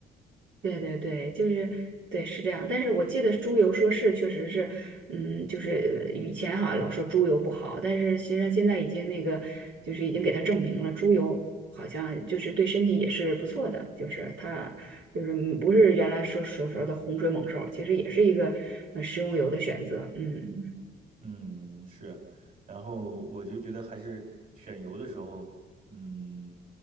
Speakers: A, on the right; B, on the right.
A: 对对对，就是对是这样，但是我记得猪油说是确实是，嗯，就是呃以前哈老说猪油不好，但是实际上现在已经那个就是已经给它证明了，猪油好像就是对身体也是不错的，就是它就是嗯不是原来说所说的洪水猛兽，其实也是一个呃食用油的选择，嗯。
B: 嗯，是，然后我就觉得还是选油的时候，嗯，